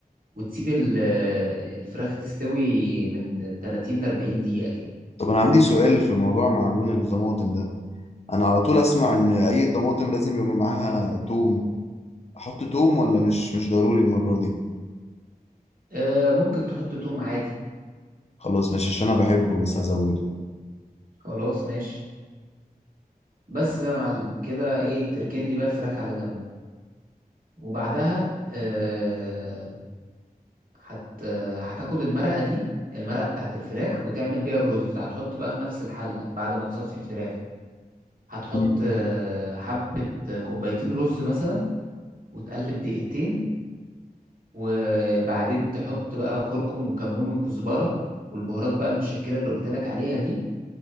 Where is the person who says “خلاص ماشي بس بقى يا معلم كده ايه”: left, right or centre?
Right